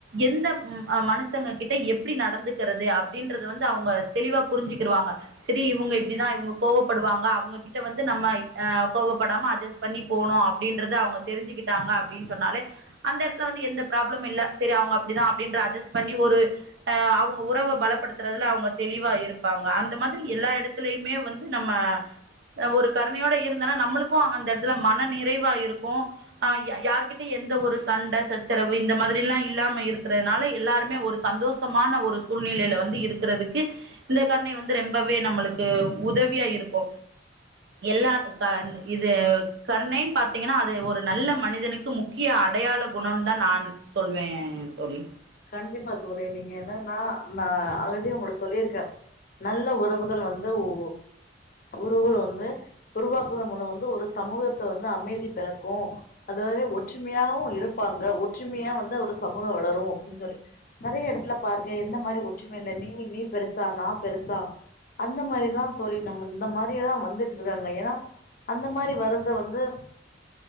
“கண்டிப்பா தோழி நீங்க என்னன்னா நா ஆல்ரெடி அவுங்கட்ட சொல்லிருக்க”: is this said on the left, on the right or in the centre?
Left